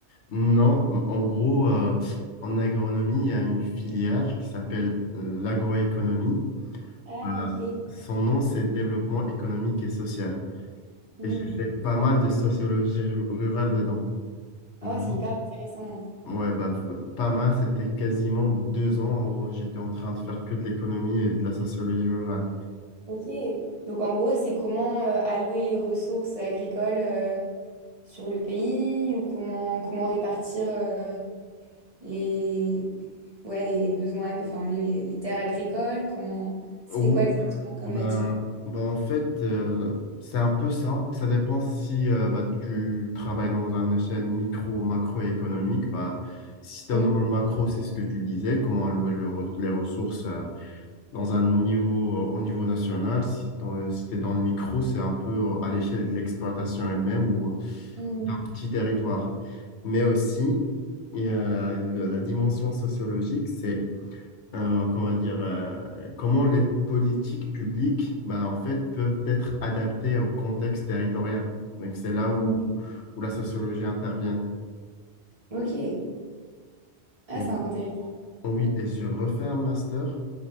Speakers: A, on the left; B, on the right.
A: Non, en gros, euh, en agronomie, il y a une filière qui s'appelle euh, l'agroéconomie.
B: Ah,
A: Euh,
B: ok.
A: son nom, c'est Développement économique et social.
B: Hmm.
A: Et j'ai fait pas mal de sociologie ru- rurale dedans. Vraiment.
B: Oh, c'est hyper intéressant.
A: Ouais, bah, f- pas mal. C'était quasiment deux ans où j'étais en train de faire que de l'économie et de la sociologie rurale.
B: Ok. Donc, en gros, c'est comment euh, allouer les ressources agricoles euh, sur le pays ou comment, comment répartir euh, les, ouais, les, les besoins, enfin les, les- les terres agricoles, comment c'était
A: Ou,
B: quoi exactement comme
A: bah,
B: matière?
A: bah, en fait, euh, c'est un peu ça. Ça dépend si euh, bah, tu travailles dans une échelle micro ou macroéconomique. Bah, si tu
B: Mhm.
A: es dans le macro, c'est ce que tu disais, comment allouer le re- les ressources. euh, dans un niveau, euh, au niveau national, si t'en- euh, si tu es dans le micro, c'est un peu euh, à l'échelle de l'exploitation elle-même ou euh,
B: Mm,
A: d'un petit territoire. Mais aussi, il y a le- la dimension sociologique, c'est euh, comment dire, euh, comment les politiques publiques bah, en fait, peuvent être adaptées au contexte territorial. Donc, c'est là où,
B: mm.
A: où la sociologie intervient.
B: Ok, ah,
A: Et,
B: c'est intéressant.
A: oui, et je refais un master